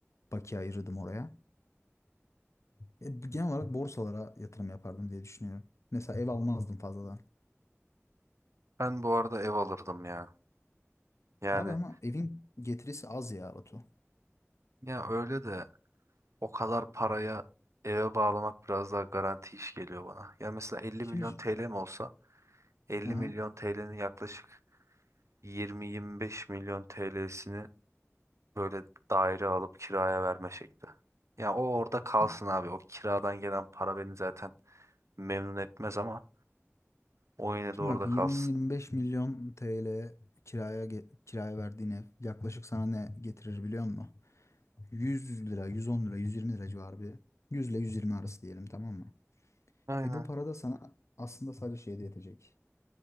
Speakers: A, on the left (about 80°); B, on the right (about 80°).
A: bakiye ayırırdım oraya. E, genel olarak borsalara yatırım yapardım diye düşünüyorum. Mesela ev almazdım fazladan.
B: Ben bu arada ev alırdım ya. Yani
A: Abi ama evin getirisi az ya Batu.
B: ya öyle de o kadar paraya eve bağlamak biraz daha garanti iş geliyor bana. Ya mesela 50
A: Şimdi,
B: milyon TL'm olsa 50
A: hı hı.
B: milyon TL'nin yaklaşık 20-25 milyon TL'sini böyle daire alıp kiraya verme şekli. Ya o orada kalsın
A: Şimdi
B: abi. O kiradan gelen para beni zaten memnun etmez ama o yine
A: Şimdi
B: de orada
A: bak 20-25
B: kalsın.
A: milyon TL kiraya ge- kiraya verdiğin ev yaklaşık sana ne getirir biliyor musun? 100 lira, 110 lira, 120 lira civarı bir. 100 ile 120 arası diyelim tamam mı?
B: Aynen.
A: E bu para da sana aslında sadece şeyde yetecek.